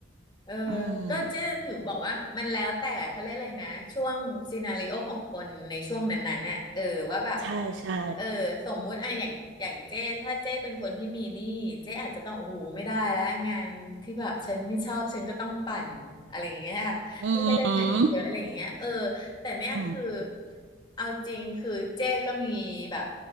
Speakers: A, on the left (about 20°); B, on the right (about 70°).
A: เออ
B: อืม
A: ก็เจ๊ถึงบอกว่ามันแล้วแต่เขาเรียกอะไรนะช่วงซีนาริโอของคนในช่วงนั้นๆน่ะเออว่าแบบ
B: ใช่ใช่
A: เออสมมุติอะอย่างอย่างเจ๊ถ้าเจ๊เป็นคนที่มีหนี้เจ๊อาจจะต้องโอ้โหไม่ได้แล้วงานที่แบบฉันไม่ชอบฉันก็ต้องปั่นอะไรอย่างเงี้ย
B: อื
A: เพื่อให้ได้เงินเยอะอะไรอย่างเงี้ยเออ
B: ม
A: แต่เนี่ยคือ
B: อืม
A: เอาจริงคือเจ้ก็มีแบบ